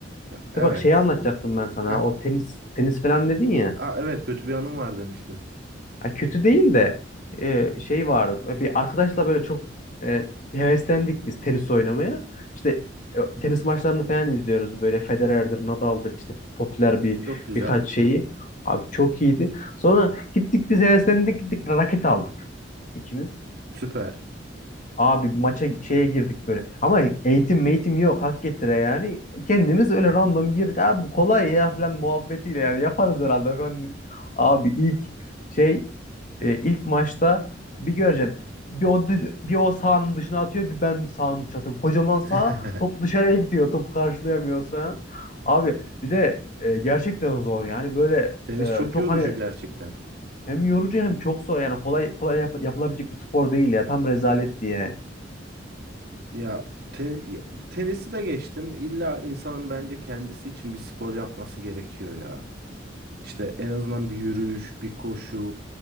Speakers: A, on the right (about 60°); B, on the left (about 45°).
A: Ya, Evet.
B: De bak şeyi anlatacaktım ben sana.
A: Heh.
B: O tenis tenis falan dedin ya.
A: Aa, evet kötü bir anım var demiştin.
B: Ha, kötü değil de e, şey vardı. Bir arkadaşla böyle çok e, heveslendik biz tenis oynamaya. İşte e, tenis maçlarını falan izliyoruz böyle Federer'dir, Nadal'dır işte popüler bir
A: Çok güzel.
B: birkaç şeyi. Abi çok iyiydi. Sonra gittik biz heveslendik gittik raket aldık ikimiz.
A: Süper.
B: Abi maça şeye girdik böyle. Ama eğitim meğitim yok hak getire yani. Kendimiz öyle random girdik. Abi bu kolay ya falan muhabbetiyle yani yaparız herhalde falan. dedik. Abi ilk şey e, ilk maçta bir göreceksin. Bir o, bir o sahanın dışına atıyor bir ben sahanın dışına atıyorum. Kocaman saha
A: <laughs>
B: top dışarıya gidiyor. Topu karşılayamıyoruz falan. Abi bir de e, gerçekten zor yani böyle
A: Tenis
B: e,
A: çok
B: çok
A: yorucu
B: hani
A: gerçekten.
B: hem yorucu hem çok zor yani kolay kolay yap- yapılabilecek bir spor değil ya. Tam rezaletti yani.
A: Ya te- ya, tenisi de geçtim. İlla insanın bence kendisi için bir spor yapması gerekiyor ya. İşte en azından bir yürüyüş, bir koşu.